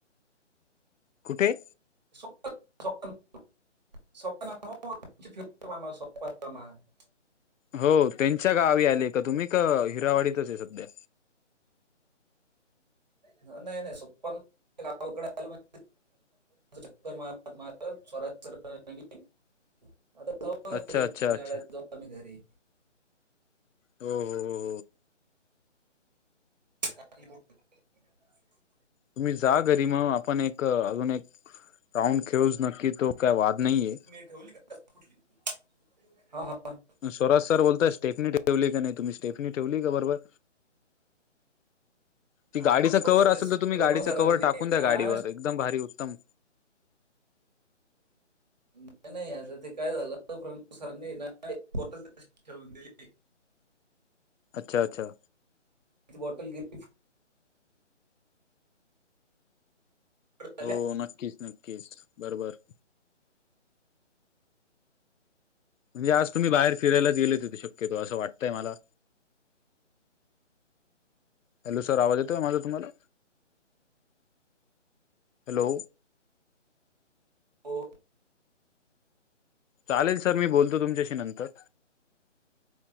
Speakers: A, on the left; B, on the right.
A: कुठे..
B: <unintelligible>
A: हो त्यांच्या गावी आले का तुम्ही का हिरावाडीतच आहे सध्या.
B: नाही-नाही सोप्पन गावाकडे आलो म्हणे. शंकर महाराज-महाराज स्वराज चढताना. आता जाऊ घरी
A: अच्छा अच्छा
B: थोड्या
A: अच्छा
B: वेळला जाऊ आम्ही घरी.
A: हो-हो-हो
B: <unintelligible>
A: तुम्ही जा घरी मग आपण एक अजून एक राऊंड खेळूच नक्की तो काही वाद नाहीे.
B: <unintelligible> हा-हा
A: स्वराज सर बोलताय स्टेफनी ठेवली का नाही तुम्ही स्टेफनी ठेवली का बरोबर. ती गाडीचा
B: अहो,
A: कवर
B: ते
A: असेल तर तुम्ही
B: प्रणव
A: गाडीचा
B: सरांनी
A: कवर टाकून द्या
B: ना
A: गाडीवर एकदम भारी उत्तम.
B: नाही-नाही आता ते काय झालं प्रमोद सरांनी ना बॉटल ठेवून दिली.
A: अच्छा-अच्छा
B: एक बॉटल घेतली. फ फुट झाली
A: हो नक्कीच-नक्कीच बरोबर म्हणजे तुम्ही बाहेर फिरायला गेले ते शक्यतो असं वाटतंय मला. हॅलो, सर आवाज येतय माझा तुम्हाला. हॅलो,
B: हो.
A: चालेल सर मी बोलतो तुमच्याशी नंतर.